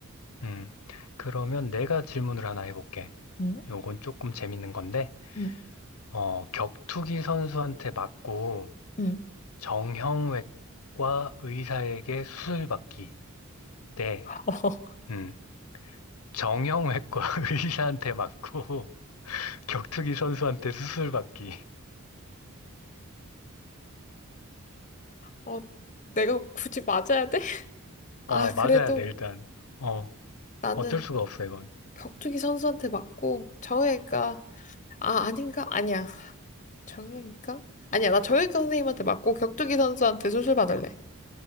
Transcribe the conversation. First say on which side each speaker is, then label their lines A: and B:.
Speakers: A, on the left (about 85°); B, on the left (about 35°).
A: 음. 그러면 내가 질문을 하나 해볼게.
B: 응?
A: 요건 조금 재밌는 건데,
B: 응,
A: 어, 격투기 선수한테 맞고
B: 응.
A: 정형외과 의사에게 수술받기 대,
B: 어. <laughs>
A: 음, 정형외과 <laughs> 의사한테 맞고 <laughs> 격투기 선수한테 수술받기.
B: 어, 내가 굳이 맞아야 돼?
A: 어,
B: 아,
A: 맞아야
B: 그래도
A: 돼, 일단. 어,
B: 나는
A: 어쩔 수가 없어, 이건.
B: 격투기 선수한테 맞고 정혜가 아, 아닌가? 아니야. 정혜니까? 아니야. 나 정혜가 선생님한테 맞고 격투기 선수한테 수술 받을래.